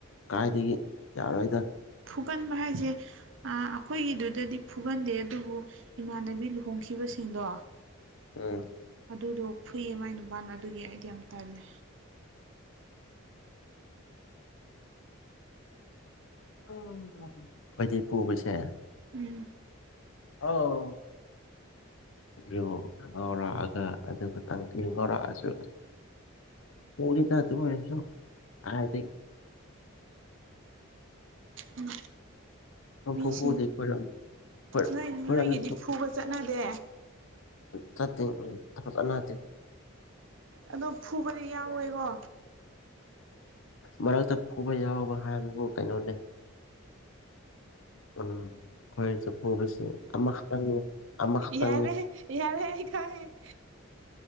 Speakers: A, on the left; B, on the right.
A: ꯀꯥꯏꯗꯒꯤ ꯌꯥꯔꯣꯏꯗ
B: ꯐꯨꯒꯟꯕ ꯍꯥꯏꯁꯦ ꯑꯩꯈꯣꯏꯒꯤꯗꯨꯗꯗꯤ ꯐꯨꯒꯟꯗꯦ ꯑꯗꯨꯕꯨ ꯏꯃꯥꯟꯅꯕꯤ ꯂꯨꯍꯣꯡ ꯇꯈꯤꯕꯁꯤꯡꯗꯣ
A: ꯑꯝ
B: ꯑꯗꯨꯗꯣ ꯐꯨꯏꯌꯦ ꯃꯥꯏ ꯅꯨꯄꯥꯅ ꯑꯗꯨꯒꯤ ꯑꯩꯗꯤ ꯌꯥꯝ ꯇꯜꯂꯦ
A: ꯑꯩꯣꯏꯗꯤ ꯄꯨꯕꯁꯦ
B: ꯎꯝ
A: ꯑꯥꯎ ꯔꯨꯡ ꯉꯥꯎꯔꯛꯑꯒ ꯑꯗꯨꯇꯪ ꯉꯥꯎꯔꯛꯑꯁꯨ ꯄꯔꯤ ꯀ ꯇꯨꯅꯁꯨꯣ ꯍꯥꯏ
B: ꯎꯝ
A: ꯁꯨꯡꯐꯨ
B: ꯃꯤꯁꯤꯡ
A: ꯐꯨꯗꯦ ꯑꯩꯈꯣꯏꯔꯣꯝ ꯑꯩꯈꯣꯏꯔꯣꯝꯗ
B: ꯅꯣꯏ ꯅꯣꯏꯒꯤꯗꯤ ꯐꯨꯕ ꯆꯠꯅꯗꯦ
A: ꯆꯦꯡ ꯎꯝ ꯆꯅꯠꯇꯦ
B: ꯑꯗꯣ ꯐꯨꯕꯗꯤ ꯌꯥꯎꯋꯦꯀꯣ
A: ꯃꯔꯛꯇ ꯐꯨꯕ ꯌꯥꯎꯕ ꯍꯥꯏꯕꯕꯨ ꯀꯩꯅꯣꯅꯤ ꯑ ꯍꯣꯏ ꯆ ꯑꯣꯦꯁꯤ ꯑꯃꯥ ꯈꯛꯇꯇꯪꯅꯤ ꯑꯃꯥ ꯈꯞꯇꯪꯅꯤ
B: ꯌꯥꯔꯦ
A: <unintelligible>
B: ꯌꯥꯔꯦ ꯑꯩ ꯈꯪꯉꯦ